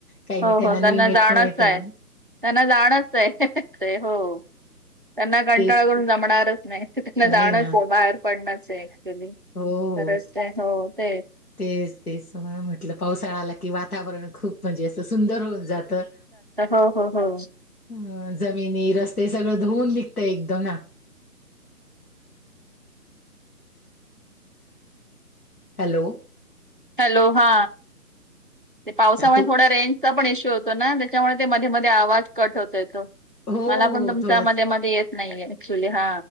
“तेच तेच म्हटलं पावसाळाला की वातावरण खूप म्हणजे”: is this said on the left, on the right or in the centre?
Left